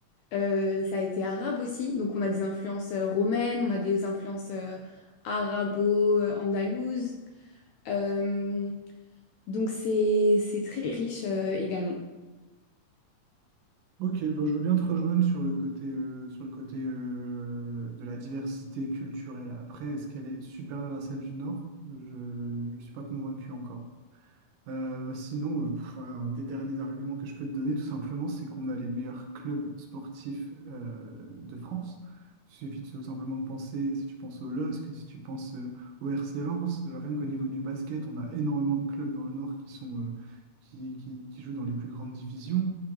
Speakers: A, on the left; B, on the right.
A: Euh, ça a été arabe aussi, donc on a des influences euh, romaines, on a des influences euh, arabo-andalouses, Euh, donc c'est c'est très riche euh, également.
B: Ok, bon, je veux bien te rejoindre sur le côté, euh, sur le côté euh, de la diversité culturelle. Après, est-ce qu'elle est supérieure à celle du Nord? Je ne suis pas convaincu encore. Euh, sinon, euh, pff, voilà, un des derniers arguments que je peux te donner, tout simplement, c'est qu'on a les meilleurs clubs sportifs euh, de France. Il suffit de- tout simplement de penser, si tu penses au LOSC, si tu penses euh, au RC Lens, euh, rien qu'au niveau du basket, on a énormément de clubs dans le Nord qui sont, euh, qui, qui- qui jouent dans les plus grandes divisions.